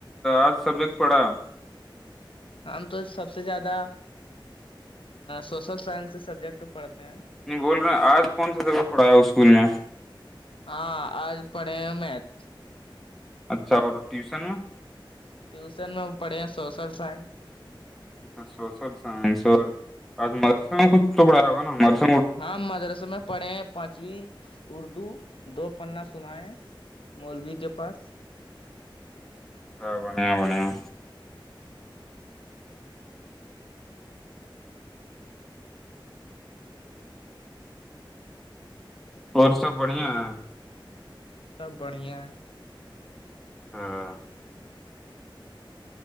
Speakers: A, in the centre; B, on the left (about 85°).
A: آج سبجیکٹ پڑا ہے
B: ہم تو سب سے زیادہ سوشل سائنس سے سبجیکٹ پڑھتے ہیں
A: نہیں بول رہے ہیں آج کون سا جگہ پڑھایا اسکول میں
B: ہاں آج پڑھے ہیں میکھ
A: اچھا اور ٹیوشن
B: ٹیوشن میں پڑے ہیں سوشل سائنس
A: اچھا سوشل سائنس اور آج مرسہ میں کچھ ٹکڑایا ہوگا نار
B: ہاں مذراس میں پڑھے پانچویں اردو دو پنا سنیں مولوی کے پاس
A: ہاں بڑھیا بڑھیاں
B: ہاں
A: اور
B: سب
A: بڑھیا ہے
B: بڑھیا ہے
A: ہاں